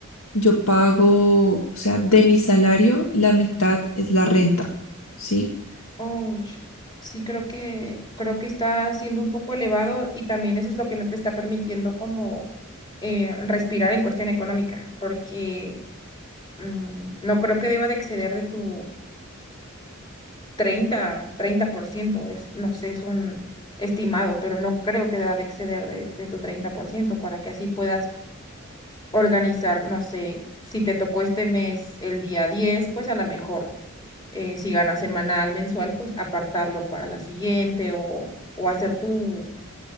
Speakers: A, on the left; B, on the left.
A: yo pago, o sea, de mi salario, la mitad es la renta, ¿sí?
B: Oh, sí, creo que, creo que está siendo un poco elevado y también eso es lo que no te está permitiendo como eh, respirar en cuestión económica, porque mm, no creo que deba de exceder de tu treinta treinta por ciento es, no sé, es un estimado, pero no creo que deba de exceder de, de tu 30% para que así puedas organizar, no sé, si te tocó este mes el día 10 pues a lo mejor eh, si ganas semanal, mensual, pues apartarlo para la siguiente o, o hacer tu,